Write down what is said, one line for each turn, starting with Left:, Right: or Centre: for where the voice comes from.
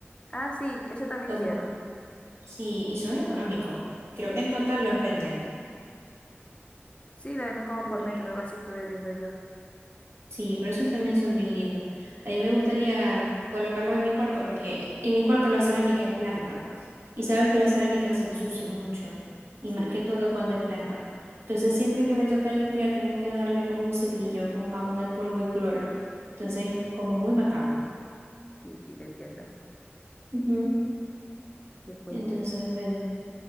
Left: Ah, sí, eso también
Right: Tomo.
Left: quiero.
Right: Sí, y son económicos. Creo
Left: Ujú.
Right: que en total los venden.
Left: Sí, lo venden como
Right: No
Left: por metro,
Right: lo-
Left: algo así estuve viendo yo.
Right: Sí, pero esos también son bien lindos. A mí me gustaría colocarlos en mi cuarto porque en mi cuarto la cerámica es blanca. Y sabes que la cerámica se ensucia mucho. Y
Left: Sí,
Right: más que todo cuando es blanca. Entonces siempre que me toca limpiar tengo que darle con un cepillo, con jabón en polvo y cloro. Entonces,
Left: <laughs>
Right: como muy matado.
Left: sí, sí, te entiendo.
Right: Ujú.
Left: Qué fuerte.
Right: Entonces, bueno.